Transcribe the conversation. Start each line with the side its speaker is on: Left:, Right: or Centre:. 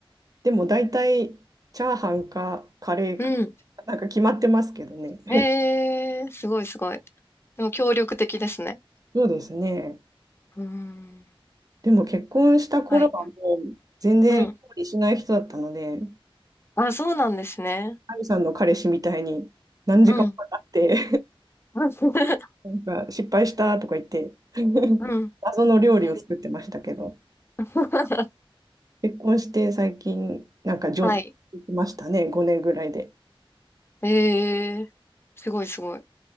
Right: でも大体チャーハンかカレーか、
Left: うん。
Right: なんか決まってますけどね。<laughs>
Left: ええー、すごいすごい。でも協力的ですね。
Right: そうですね。
Left: うーん。
Right: でも結婚した頃はもう全然料理しない人だったので、
Left: はい。うん。あ、そうなんですね。
Right: アミさんの彼氏みたいに何時間もかかって
Left: うん。<laughs>
Right: <laughs> なんか失敗したとか言って <laughs>
Left: うん。
Right: 謎の料理を作ってましたけど、
Left: そう。<laughs>
Right: 結婚して最近なんか上手になりましたね、
Left: はい。
Right: 5年ぐらいで。
Left: えー、すごいすごい。